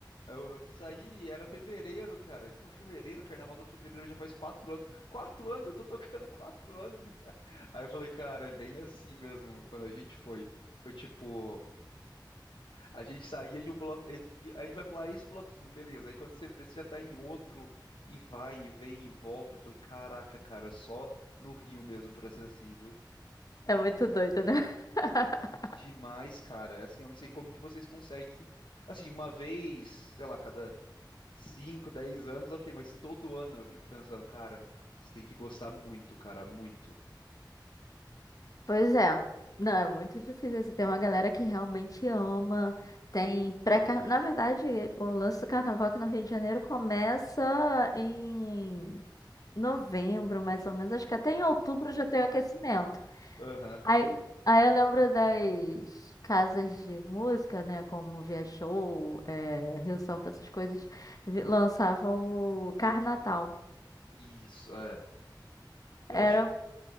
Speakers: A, on the left; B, on the left.
A: Eu, eu saí, era fevereiro, cara. Ele falou, fevereiro, carnaval no fevereiro já faz quatro anos. Quatro anos, eu tô tocando quatro anos. né? Aí eu falei, cara, é bem assim mesmo, quando a gente foi. Foi tipo. A gente saía de um bloco. A gente vai pular esse bloquinho, beleza. Aí quando você vê, você já tá em outro e vai e vem e volta. Eu falei, caraca, cara, só no Rio mesmo pra ser assim, viu?
B: É muito doido, né? <laughs>
A: Demais, cara. É Assim, eu não sei como que vocês conseguem. Assim, uma vez, sei lá, cada 5, 10 anos, ok, mas todo ano eu fico pensando, cara, você tem que gostar muito, cara, muito.
B: Pois é. Não, é muito difícil. assim, Tem uma galera que realmente ama. Tem pré -car... Na verdade, o lance do carnaval aqui no Rio de Janeiro começa em novembro, mais
A: <laughs>
B: ou menos. Acho que até em outubro já tem o aquecimento.
A: Aham.
B: Aí, aí eu lembro das casas de música, né? Como Via Show, é, Rio Sampa, essas coisas, vi- lançavam o Carnatal.
A: Isso, é. Eu
B: Era,
A: acho